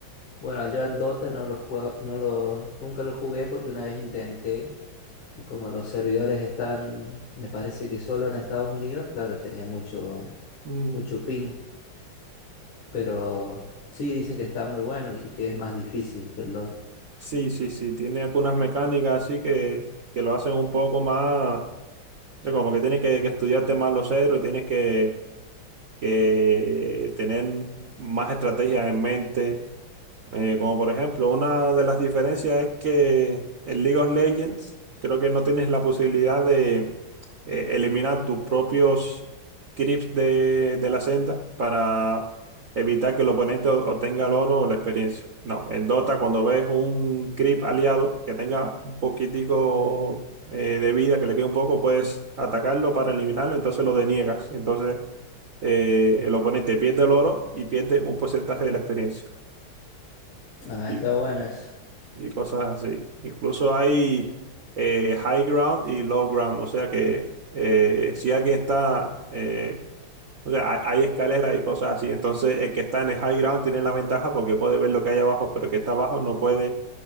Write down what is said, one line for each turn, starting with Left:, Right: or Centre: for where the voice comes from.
Left: bueno, yo al Dota no lo jugaba, no lo, nunca lo jugué porque una vez intenté y como los servidores están, me parece que solo en Estados Unidos, claro, tenía mucho,
Right: <laughs>
Left: mucho ping, pero sí dicen que está muy bueno y que es más difícil que el LOL.
Right: Sí, sí, sí, tiene algunas mecánicas así que, que lo hacen un poco más, o sea, como que tienes que, que estudiarte más los héroes, tienes que, que tener más estrategias en mente, eh, como por ejemplo, una de las diferencias es que en League of Legends creo que no tienes la posibilidad de eh, eliminar tus propios creeps de, de la senda para evitar que el oponente o- obtenga el oro o la experiencia. No, en Dota cuando ves un creep aliado que tenga un poquitico eh, de vida, que le quede un poco, puedes atacarlo para eliminarlo, entonces lo deniegas. Entonces eh, el oponente pierde el oro y pierde un porcentaje de la experiencia.
Left: Ah,
Right: Y
Left: está bueno eso.
Right: y cosas así. Incluso hay eh, high ground y low ground, o sea que eh, si alguien está, eh, o sea, hay, hay escaleras y cosas así, entonces el que está en el high ground tiene la ventaja porque puede ver lo que hay abajo, pero el que está abajo no puede